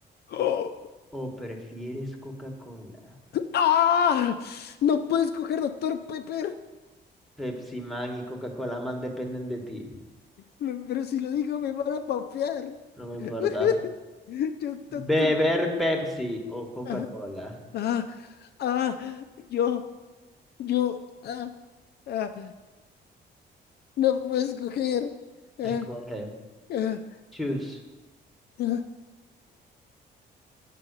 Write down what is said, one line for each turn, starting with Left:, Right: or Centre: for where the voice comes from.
Left: <gasps> ¡Oh!
Centre: o prefieres Coca-Cola?
Left: ¡Ah! No puedo escoger Doctor Pepper,
Centre: Pepsi Man y Coca-Cola Man dependen de ti,
Left: Me- pero si lo digo me van a papear.
Centre: no me
Left: <laughs>
Centre: importa.
Left: Yo,
Centre: ¿Beber
Left: Doctor,
Centre: Pepsi o Coca-Cola?
Left: ah, ah, ah, yo, yo, ah, ah, no puedo escoger. Ah,
Centre: Escoge.
Left: ah.
Centre: Choose.
Left: Coca-Cola.